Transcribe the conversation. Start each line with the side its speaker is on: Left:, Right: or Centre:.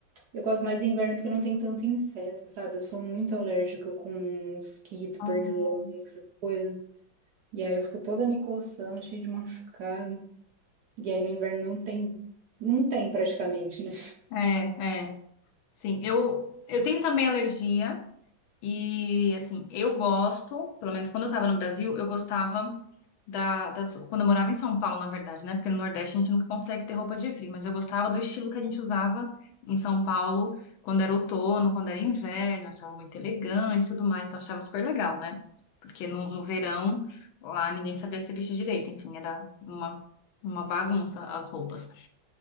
Right: eu gosto mais do inverno porque não tem tanto inseto, sabe? Eu sou muito alérgica com mosquito,
Left: Hum,
Right: pernilongo, essa coisa. E aí eu fico toda me coçando, cheia de machucado. E aí no inverno não tem, não tem praticamente, né?
Left: É, é. Sim, eu, eu tenho também alergia e, assim, eu gosto, pelo menos quando eu estava no Brasil, eu gostava da, das... Quando eu morava em São Paulo, na verdade, né? Porque no Nordeste a gente nunca consegue ter roupa de frio, mas eu gostava do estilo que a gente usava em São Paulo quando era outono, quando era inverno, eu achava muito elegante e tudo mais, então eu achava super legal, né? Porque no, no verão, lá ninguém sabia se vestir direito, enfim, era uma, uma bagunça as roupas.